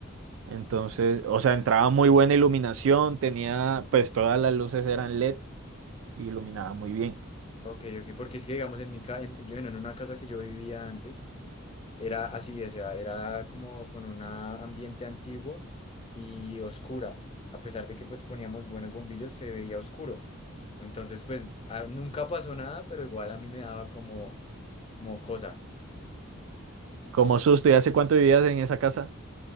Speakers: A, on the right (about 70°); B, on the left (about 30°).
A: Entonces, o sea, entraba muy buena iluminación, tenía, pues todas las luces eran LED y iluminaba muy bien.
B: Ok, ok, porque es que digamos en mi casa yo bueno, en una casa que yo vivía antes, era así, o sea, era como con un ambiente antiguo y oscura. A pesar de que pues poníamos buenos bombillos, se veía oscuro. Entonces, pues a- nunca pasó nada, pero igual a mí me daba como, como cosa.
A: Como susto, ¿y hace cuánto vivías en esa casa?